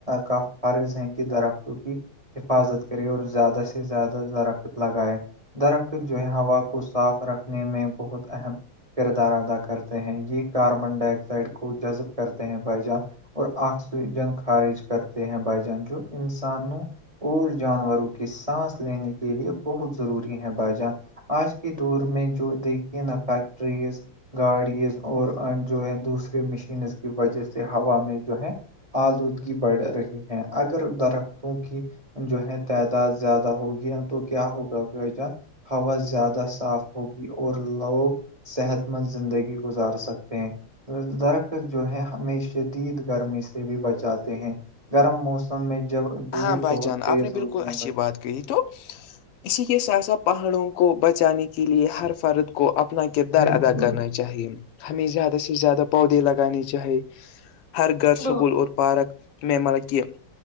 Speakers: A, on the right; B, on the left.
A: کا فرض ہے کہ درختوں کی حفاظت کرے اور زیادہ سے زیادہ درخت لگائے درخت جو ہے ہوا کو صاف رکھنے میں بہت اہم کردار ادا کرتے ہیں یہ کاربن ڈائی آکسائڈ کو جذب کرتے ہیں بھائی جان اور آکسیجن خارج کرتے ہیں بھائی جان جو انسانوں اور جانوروں کی سانس لینے کے لیے بہت ضروری ہے بھائی جان آج کے دور میں جو دیکھیے نا فیکٹریز گاڑیز اور جو ہے دوسریے مشینز کی وجہ سے ہوا میں جو ہے آلودگی بڑھ رہی ہے اگر درختوں کی جو ہے تعداد زیادہ ہوگی تو کیا ہوگا بھائی جان ہوا زیادہ صاف ہوگی اور لوگ صحت مند زندگی گزار سکتے درخت جو ہے ہمیں شدید گرمی سے بھی بچاتے ہیں گرم موسم میں جب دھوپ
B: ہاں بھائی
A: بہت
B: جان
A: تیز
B: آپ نے
A: ہوتی
B: بالکل
A: ہے
B: اچھی
A: بچ
B: بات کہی تو اسی کے ساتھ ساتھ پہاڑوں کو بچانے کے لیے ہر فرد کو اپنا کردار
A: بالکل
B: ادا کرنا چاہیے ہمیں زیادہ سے زیادہ پودے لگانے چاہی ہر گھر
A: بالکل
B: سکول اور پارک میں مطلب کہ